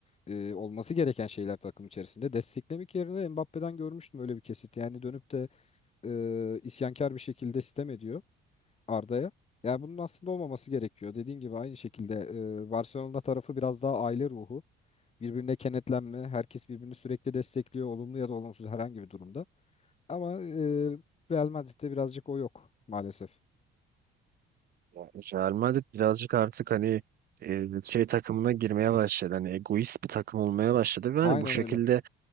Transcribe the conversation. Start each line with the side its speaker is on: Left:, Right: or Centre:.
Left: Ee, olması gereken şeyler takım içerisinde desteklemek yerine Mbappe'den görmüştüm öyle bir kesit yani dönüp de e, isyankar bir şekilde sitem ediyor Arda'ya yani bunun aslında olmaması gerekiyor dediğin gibi aynı şekilde e, Barcelona tarafı biraz daha aile ruhu birbirine kenetlenme herkes birbirini sürekli destekliyor olumlu ya da olumsuz herhangi bir durumda ama e, Real Madrid'de birazcık o yok maalesef.
Right: Yani Real Madrid birazcık artık hani e, şey takımına girmeye başladı. Hani egoist bir takım olmaya başladı ve hani
Left: Aynen
Right: bu şekilde
Left: öyle.